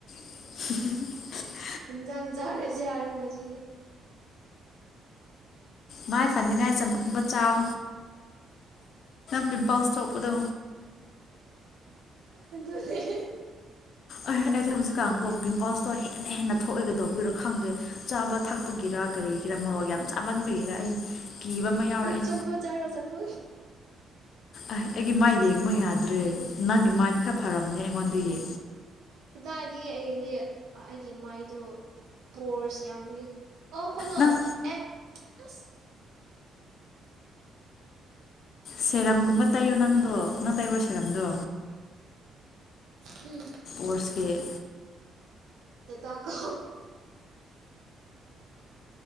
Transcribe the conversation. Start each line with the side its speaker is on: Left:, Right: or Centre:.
Left: ꯎ
Right: ꯏꯟꯖꯥꯡ ꯆꯥꯔꯁꯦ ꯌꯥꯔꯦꯒ ꯉꯁꯤꯗꯤ
Left: ꯃꯥꯏ ꯐꯅꯤꯡꯉꯥꯏ ꯆꯝꯕꯒꯨꯝꯕ ꯆꯥꯎ ꯄꯤꯕꯥ ꯍꯁꯇꯣꯛꯄꯗ
Right: ꯑꯗꯨꯅꯦ <unintelligible>
Left: ꯑꯦ ꯑꯩꯗꯤꯦ ꯍꯧꯖꯤꯛꯀꯥꯟꯕꯨꯣ ꯄꯤꯝꯄꯜꯁꯇꯣ ꯍꯦꯟꯅ ꯍꯦꯟꯅ ꯊꯣꯛꯑꯦꯒ ꯇꯧꯕꯤꯔꯣ ꯈꯪꯗ꯭ꯔꯦ ꯆꯥꯕ ꯊꯛꯄꯒꯤꯔ ꯀꯔꯤꯒꯤꯔ ꯃꯣꯔꯣꯛ ꯌꯥꯝ ꯆꯥꯍꯟꯕꯤꯒꯤꯔ ꯑꯩ ꯀꯤꯕ ꯑꯃ ꯌꯥꯎꯔꯛꯑꯦ
Right: ꯆꯄꯣ ꯆꯥꯔꯣ ꯆꯄ
Left: ꯑ ꯑꯩꯒꯤ ꯃꯥꯏ ꯌꯦꯡꯕ ꯌꯥꯗ꯭ꯔꯦ ꯅꯪꯒꯤ ꯃꯥꯏꯗꯤ ꯈꯔ ꯐꯔꯝꯅꯦ ꯑꯩꯉꯣꯟꯗꯒꯤ
Right: ꯑꯗꯨꯗꯥꯏꯗꯤ ꯑꯩꯗꯤ ꯑꯩꯒꯤ ꯃꯥꯏꯗꯣ ꯄꯣꯔꯁ ꯌꯥꯝꯕꯒꯤ ꯑꯣ ꯈꯨꯅ
Left: ꯅꯪ
Right: ꯑꯦ ꯑ
Left: ꯁꯦꯔꯝꯒꯨꯝꯕ ꯇꯥꯏꯌꯣ ꯅꯪꯗꯣ ꯅꯪ ꯇꯥꯏꯕ ꯁꯦꯔꯝꯗꯣ
Right: ꯎꯝ
Left: ꯋꯥꯁꯀꯦ
Right: ꯇ ꯇ ꯀꯣ